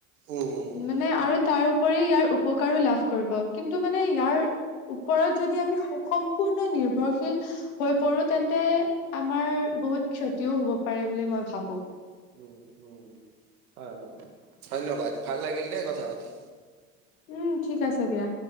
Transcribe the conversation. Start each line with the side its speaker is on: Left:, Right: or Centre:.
Right: উম, উম,
Left: মানে আৰু তাৰ উপৰি ইয়াৰ উপকাৰো লাভ কৰিব কিন্তু মানে ইয়াৰ ওপৰত যদি আমি সম্পূৰ্ণ নিৰ্ভৰশীল হৈ পৰো তেন্তে আমাৰ বহুত ক্ষতিও হ'ব পাৰে বুলি মই ভাবো।
Right: উম, উম, অ', ধন্যবাদ ভাল লাগিল দে কথা পাতি।
Left: উম, ঠিক আছে দিয়া।